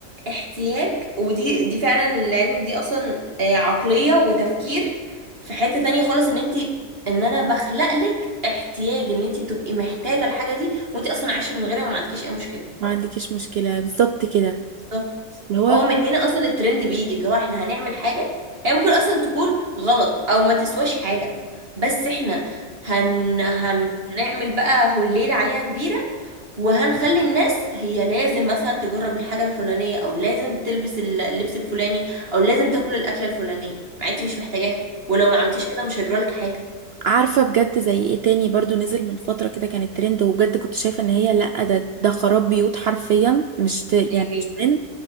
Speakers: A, on the right; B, on the right.
A: احتياج ودي دي فعلا لعلمك دي اصلا آه، عقلية وتفكير في حتة تانية خالص ان انت ان انا بخلق لك احتياج ان انت تبقي محتاجة الحاجة دي وانت اصلا عايشة من غيرها وما عندكيش اي مشكلة
B: ما عندكيش مشكلة بالظبط كده
A: بالظبط
B: اللي هو
A: هو من هنا اصلا الترند بيجي اللي هو احنا هنعمل حاجة هي ممكن اصلا تكون غلط او ما تسواش حاجة بس احنا هن هنعمل بقى هليلة عليها كبيرة وهنخلي الناس هي لازم مثلا تجرب الحاجة الفلانية او لازم تلبس ال- اللبس الفلاني او لازم تاكل الأكلة الفلانية مع انت مش محتاجاها ولو ما عملتيش كده مش هيجرالك حاجة
B: عارفة بجد زي ايه تاني برضو نزل من فترة كده كانت ترند وبجد كنت شايفة ان هي لا ده ده خراب بيوت حرفيا مش ت... يعني
A: ايه
B: مش ترند